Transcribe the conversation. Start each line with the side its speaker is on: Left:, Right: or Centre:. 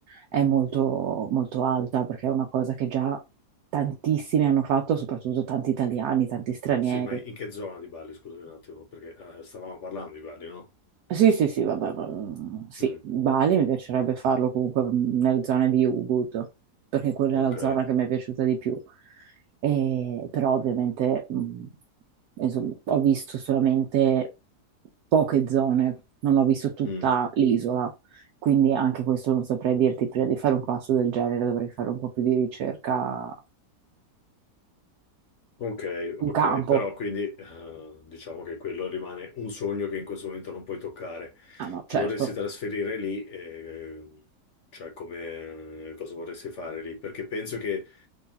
Right: è molto, molto alta perché è una cosa che già tantissimi hanno fatto, soprattutto tanti italiani, tanti stranieri.
Left: Sì, ma in che zona di Bali? Scusami un attimo, perché eh, stavamo parlando di Bali, no?
Right: Sì, sì, sì, vabbè, ma, mm, sì,
Left: Mm,
Right: Bali mi piacerebbe farlo comunque mm, nelle zone di Ubud, perché quella
Left: ok.
Right: è la zona che mi è piaciuta di più. E- però ovviamente, mm, insomma, ho visto solamente poche zone, non ho visto tutta
Left: Mm.
Right: l'isola, quindi anche questo non saprei dirti, prima di fare un passo del genere dovrei fare un po' più di ricerca,
Left: Ok,
Right: un
Left: ok,
Right: campo.
Left: però quindi eh, diciamo che quello rimane un sogno che in questo momento non puoi toccare.
Right: Ah no,
Left: Ti
Right: certo,
Left: vorresti trasferire lì, e, cioè come cosa vorresti fare lì? Perché penso che